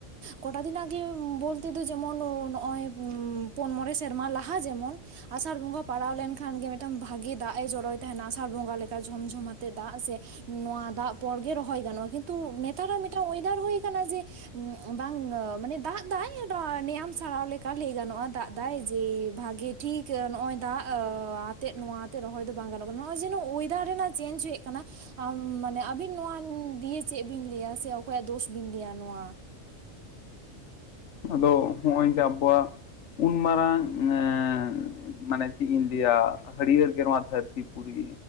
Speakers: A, on the right; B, on the left.
A: ᱠᱚᱴᱟ ᱫᱤᱱ ᱫᱤᱱ ᱟᱜᱮ ᱵᱚᱞᱛᱮ ᱫᱚ ᱡᱮᱢᱚᱱ ᱱᱚᱜ-ᱚᱭ ᱯᱩᱱ ᱢᱚᱬᱮ ᱥᱮᱨᱢᱟ ᱞᱟᱦᱟ ᱡᱮᱢᱚᱱ ᱟᱥᱟᱲ ᱵᱚᱸᱜᱟ ᱯᱟᱲᱟᱣ ᱞᱮᱱᱠᱷᱟᱱ ᱜᱮ ᱢᱤᱫᱴᱟᱝ ᱵᱷᱟᱜᱤ ᱫᱟᱜ ᱮ ᱡᱚᱨᱚᱭ ᱛᱟᱦᱮᱱᱟ ᱟᱥᱟᱲ ᱵᱚᱸᱜᱟ ᱞᱮᱠᱟ ᱡᱷᱚᱢ ᱡᱷᱚᱢ ᱟᱛᱮᱫ ᱫᱟᱜ ᱥᱮ ᱱᱚᱣᱟ ᱫᱟᱜ ᱯᱚᱨ ᱜᱮ ᱨᱚᱦᱚᱭ ᱜᱟᱱᱚᱜᱼᱟ ᱾ ᱠᱤᱱᱛᱩ ᱱᱮᱛᱟᱨᱟᱜ ᱢᱤᱫᱴᱟᱝ ᱚᱭᱮᱫᱟᱨ ᱦᱩᱭ ᱠᱟᱱᱟ ᱡᱮ ᱵᱟᱝ ᱢᱟᱱᱮ ᱫᱟᱜ ᱫᱟᱭ ᱱᱚᱣᱟ ᱱᱮᱭᱟᱢ ᱥᱟᱲᱟᱣ ᱞᱮᱠᱟ ᱞᱟᱹᱭ ᱜᱟᱱᱚᱜᱼᱟ ᱫᱟᱜ ᱫᱟᱭ ᱡᱮ ᱵᱷᱟᱜᱮ ᱴᱷᱤᱠ ᱱᱚᱜᱼᱚᱭ ᱫᱟᱜ ᱟᱛᱮᱜ ᱱᱚᱣᱟ ᱟᱛᱮ ᱨᱚᱦᱚᱭ ᱫᱚ ᱵᱟᱝ ᱜᱟᱱᱚᱜ ᱠᱟᱱᱟ ᱱᱚᱜᱼᱚᱭ ᱡᱮᱱᱚ ᱚᱭᱮᱫᱟᱨ ᱨᱮᱱᱟᱜ ᱪᱮᱧᱡᱽ ᱦᱮᱡ ᱟᱠᱟᱱᱟ ᱟᱢ ᱢᱟᱱᱮ ᱟᱹᱵᱤᱱ ᱱᱚᱣᱟ ᱫᱤᱭᱮ ᱪᱮᱫ ᱵᱤᱱ ᱞᱟᱹᱭᱟ ᱥᱮ ᱚᱠᱚᱭᱟᱜ ᱫᱳᱥ ᱵᱤᱱ ᱞᱟᱹᱭᱟ ᱱᱚᱣᱟ
B: ᱟᱫᱚ ᱦᱚᱸᱜᱼᱚᱭ ᱡᱮ ᱟᱵᱚᱣᱟᱜ ᱩᱱ ᱢᱟᱨᱟᱝ ᱮ ᱢᱟᱱᱮ ᱪᱮᱫ ᱤᱧ ᱞᱟᱹᱭᱟ ᱦᱟᱹᱨᱭᱟᱹᱲ ᱜᱮ ᱱᱚᱣᱟ ᱫᱷᱟᱹᱨᱛᱤ ᱯᱩᱨᱤ